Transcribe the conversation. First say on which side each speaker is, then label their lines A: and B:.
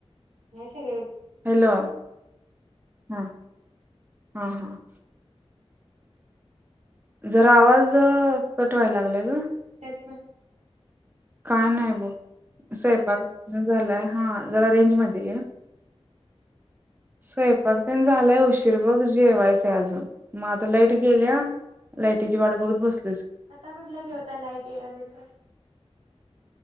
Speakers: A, on the right; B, on the right.
A: या सगळ्या.
B: हॅलो ह हा हा. जरा आवाज ज. कटवायला लागलंयगा.
A: ब <inaudible>
B: काय नाही भो स्वयंपाक झालाय हा जरा रेंज मध्ये ये. स्वयंपाक
A: हा हा
B: पण झालाय उशी बघ जेवायचं अजून मग आता लाईट गेल्या लाईटीची वाट बघत बसली.
A: आता कुठल्या जेवता लाईट येआले शिवाय.